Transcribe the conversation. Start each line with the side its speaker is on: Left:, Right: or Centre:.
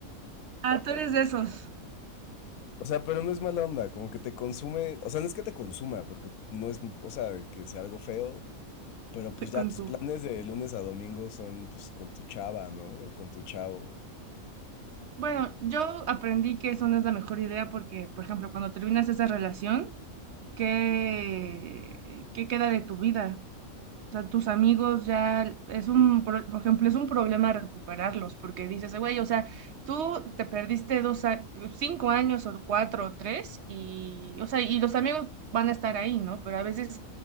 Right: ah, tú eres de esos,
Left: <laughs> o sea, pero no es mala onda, como que te consume, o sea, no es que te consuma, porque no es, o sea, que sea algo feo, pero
Right: de-
Left: pues ya
Right: con
Left: tus
Right: su
Left: planes de lunes a domingo son pues con tu chava, ¿no? O Con tu chavo.
Right: Bueno, yo aprendí que eso no es la mejor idea porque, por ejemplo, cuando terminas esa relación, ¿qué, qué queda de tu vida? O sea, tus amigos ya es un, pro- por ejemplo, es un problema recuperarlos porque dices, güey, o sea, tú te perdiste dos, a- cinco años o cuatro o tres y, o sea, y los amigos van a estar ahí, ¿no? Pero a veces